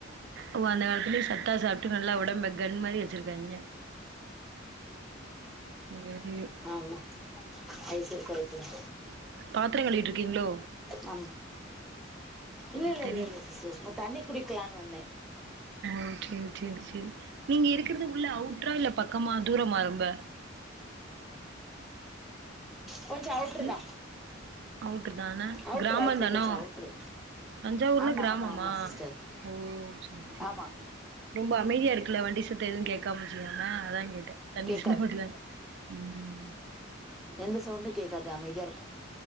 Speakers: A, on the right; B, in the centre.
A: ஓ அந்த காலத்திலயே சத்தா சாப்ட்டு நல்லா உடம்ப கன் மாரி வச்சிருக்காய்ங்க ஐயய்யோ
B: ஆமா அது சரி கரெக்ட் தா
A: பாத்திர கழுவிட்டு இருக்கீங்ளோ
B: ஆ இல்ல இல்ல
A: தெரியு
B: இல்ல இல்ல சிஸ்டர் தண்ணி குடிக்கலான் வந்த
A: ஓகே ஓகே செரி நீங்க இருக்குறது உள்ள அவுட்ரா இல்ல பக்கமா தூரமா ரொம்ப
B: கொஞ்சோ அவுட்ரு
A: ம்
B: தா
A: அவுட்ரு தான
B: அவுட்ரு
A: கிராமந்தானோ
B: அவுட்ரு கொஞ்சோ அவுட்ரு
A: தஞ்சாவூர்ல
B: ஆமா
A: கிராமமா
B: ஆமா ஆமா சிஸ்டர்
A: ஓ செரி செரி
B: ஆமா
A: செரி ரொம்ப அமைதியா இருக்குல வண்டி சத்த எதுவு கேக்காம செய்யாம அதா கேட்ட தண்ணி
B: கேக்காது
A: சின்னப்பட்ல ம்
B: எந்த சவுண்டு கேக்காது அமைதியா இருக்கு